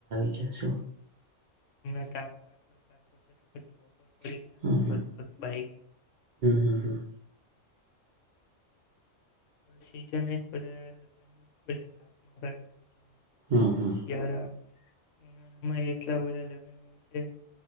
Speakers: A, on the right; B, on the left.
A: <unintelligible>
B: <unintelligible>
A: હમ
B: <unintelligible>
A: હમ હમ હમ
B: સિઝન બધા લગ્ન બધા તાપમાં કરતા હોય છે.
A: હમ હમ
B: શિયાળા ઉનાળામાં એટલા બધા લગ્ન હોય છે